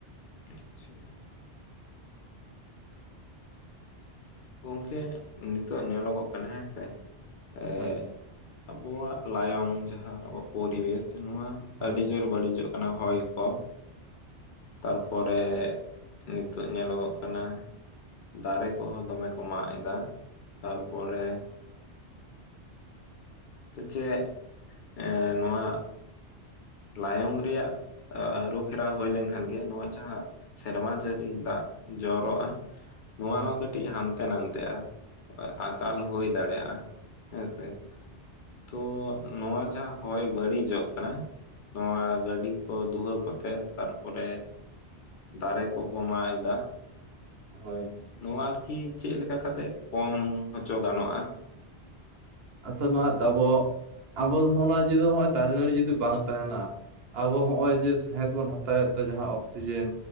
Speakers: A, on the left (about 60°); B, on the right (about 70°).
A: ᱟᱪᱪᱷᱟ ᱜᱚᱝᱠᱮ ᱱᱤᱛᱚᱜ ᱧᱮᱞᱚᱜᱚᱜ ᱠᱟᱱᱟ ᱦᱮᱸ ᱥᱮ ᱮ᱾
B: ᱦᱳᱭ
A: ᱟᱵᱚᱣᱟᱜ ᱞᱟᱭᱚᱝ ᱡᱟᱦᱟᱸ ᱟᱵᱚᱣᱟᱜ ᱯᱚᱨᱤᱵᱮᱥ ᱱᱚᱣᱟ
B: ᱦᱳᱭ
A: ᱟᱹᱰᱤᱡᱳᱨ ᱵᱟᱹᱲᱤᱡᱚᱜ᱾ ᱠᱟᱱᱟ ᱦᱚᱭ ᱠᱚ ᱛᱟᱨᱯᱚᱨᱮ ᱱᱤᱛᱚᱜ ᱧᱮᱞᱚᱜᱚᱜ ᱠᱟᱱᱟ᱾ ᱫᱟᱨᱮ ᱠᱚᱦᱚᱸ ᱫᱚᱢᱮ ᱠᱚ ᱢᱟᱜ ᱮᱫᱟ ᱛᱟᱨᱯᱚᱨᱮ᱾ ᱛᱚ ᱪᱮᱫ ᱮ ᱱᱚᱣᱟ ᱞᱟᱭᱚᱝ ᱨᱮᱭᱟᱜ ᱟᱹᱨᱩ ᱯᱷᱮᱨᱟᱣ ᱦᱚᱭ ᱞᱮᱱᱠᱷᱟᱱ ᱜᱮ ᱱᱚᱣᱟ ᱡᱟᱦᱟᱸ᱾ ᱥᱮᱨᱢᱟ ᱡᱟᱹᱲᱤ ᱫᱟᱜ ᱡᱚᱨᱚᱜᱼᱟ ᱱᱚᱣᱟ
B: ᱦᱳᱭ
A: ᱦᱚᱸ ᱠᱟᱛᱮ ᱛᱮᱡ ᱦᱟᱱᱛᱮ-ᱱᱟᱛᱮᱜᱼᱟ ᱟᱠᱟᱞ ᱦᱚᱭ ᱫᱟᱲᱮᱭᱜᱼᱟ ᱦᱮᱸᱥᱮ᱾ ᱛᱚ ᱱᱚᱣᱟ ᱡᱟᱦᱟᱸ ᱦᱚᱭ ᱵᱟᱹᱲᱤᱡᱚᱜ ᱠᱟᱱᱟ ᱱᱚᱣᱟ ᱜᱟᱹᱰᱤ᱾ ᱠᱚ ᱫᱩᱦᱟᱹᱣ ᱠᱟᱛᱮ ᱛᱟᱨᱯᱚᱨᱮ ᱫᱟᱨᱮ ᱠᱚᱠᱚ ᱢᱟᱜ ᱮᱫᱟ᱾
B: ᱦᱳᱭ
A: ᱱᱚᱣᱟ ᱟᱨ ᱠᱤ ᱪᱮᱫ ᱞᱮᱠᱟ ᱠᱟᱛᱮᱜ ᱠᱚᱢ ᱦᱚᱪᱚ ᱜᱟᱱᱚᱜᱼᱟ᱾
B: ᱟᱫᱚ ᱱᱟᱦᱟᱸᱜ ᱟᱵᱚ ᱟᱵᱚ ᱫᱚ ᱡᱩᱫᱤ ᱱᱚᱜᱼᱚᱭ ᱫᱟᱨᱮ ᱱᱟᱹᱲᱤ ᱡᱩᱫᱤ ᱵᱟᱝ ᱛᱟᱦᱮᱱᱟ᱾ ᱟᱵᱚ ᱦᱚᱸᱜᱼᱚᱭ ᱡᱮ ᱥᱟᱦᱮᱸᱫ ᱵᱚᱱ ᱦᱟᱛᱟᱣᱮᱫ ᱫᱚ ᱡᱟᱦᱟᱸ ᱚᱠᱥᱤᱡᱮᱱ